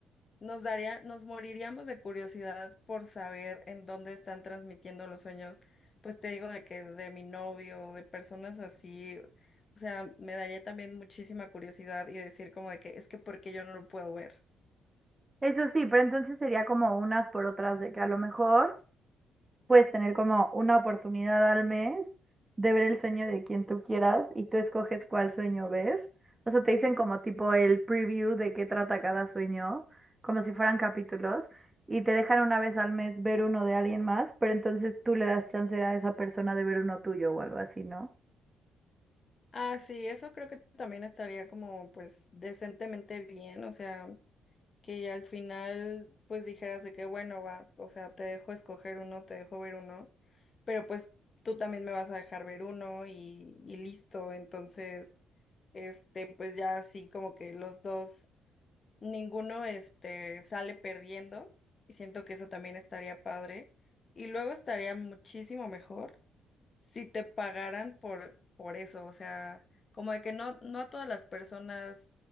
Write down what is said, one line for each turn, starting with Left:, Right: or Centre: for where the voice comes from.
Left: nos daría, nos moriríamos de curiosidad por saber en dónde están transmitiendo los sueños. Pues te digo de que de mi novio, de personas así, o sea, me daría también muchísima curiosidad y decir como de que es que ¿por qué yo no lo puedo ver?
Right: Eso sí, pero entonces sería como unas por otras de que a lo mejor. puedes tener como una oportunidad al mes de ver el sueño de quien tú quieras y tú escoges cuál sueño ver. O sea, te dicen como tipo el preview de qué trata cada sueño, como si fueran capítulos, y te dejan una vez al mes ver uno de alguien más, pero entonces tú le das chance a esa persona de ver uno tuyo o algo así, ¿no?
Left: Ah, sí, eso creo que también estaría como pues decentemente bien, o sea. que ya al final pues dijeras de que bueno, va, o sea, te dejo escoger uno, te dejo ver uno, pero pues tú también me vas a dejar ver uno y, y listo, entonces, este, pues ya así como que los dos, ninguno, este, sale perdiendo y siento que eso también estaría padre y luego estaría muchísimo mejor si te pagaran por, por eso, o sea, como de que no, no a todas las personas